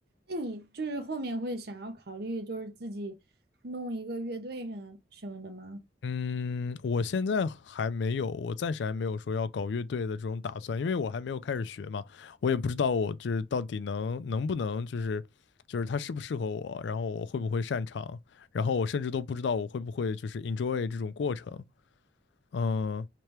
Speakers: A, on the right; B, on the left.
A: 那你就是后面会想要考虑，就是自己弄一个乐队什么什么的吗？
B: 嗯，我现在还没有，我暂时还没有说要搞乐队的这种打算，因为我还没有开始学嘛，我也不知道我就是到底能能不能就是就是它适不适合我，然后我会不会擅长，然后我甚至都不知道我会不会就是 enjoy 这种过程，嗯，